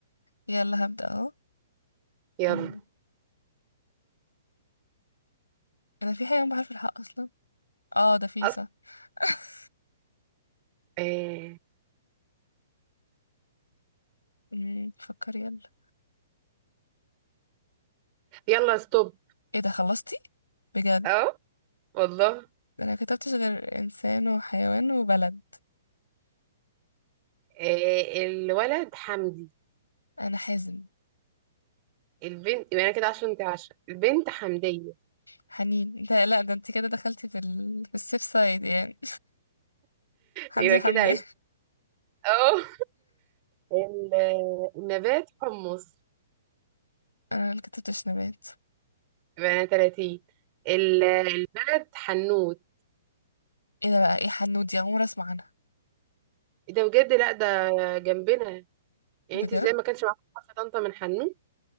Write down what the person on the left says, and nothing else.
يلا هبدأ اهو
مم. انا في حيوان بحرف الحاء اصلا اه ده في
صح <laughs>
مم، فكري يلا
ايه ده خلصتي بجد
ده انا كتبتش غير انسان وحيوان وبلد
انا حازم
حنين ده لا ده انت كده دخلتي في ال... في السيف سايد يعني <laughs>
حمدي حمدي
انا اللي كتبتش نبات
ايه ده بقى ايه حنود دي عمري اسمع عنها
بجد